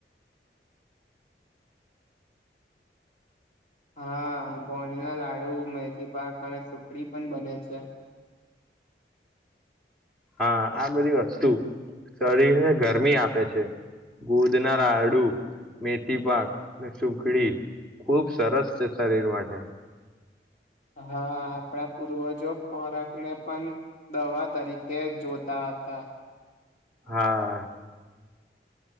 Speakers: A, on the left (about 40°); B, in the centre.
A: હા કોણ ના લાડુ મેૈથી પાક ણે સુખડી પણ બને છે
B: હા આ બધી વસ્તુ શરીરને ગરમી આપે છે ગોદનારા હડું મેથી પાક સુખડી ખુબ સરસ છે શરીર માટે
A: હા આપણા પૂર્વજો ખોરાક ને પણ દવા તરીકે જોતા હતા
B: હા